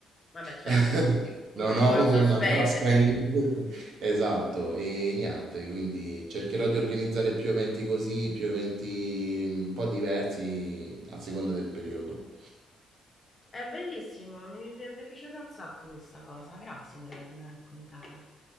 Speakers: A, on the left; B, on the right.
A: Vabbè, certo,
B: <laughs> Non
A: un rimborso
B: ho una
A: spese.
B: tasca in... Esatto, e niente, quindi cercherò di organizzare più eventi così, più eventi mm, un po' diversi a seconda del periodo.
A: È bellissimo, mi, mi è mi è piaciuta un sacco questa cosa, grazie per avermela raccontata.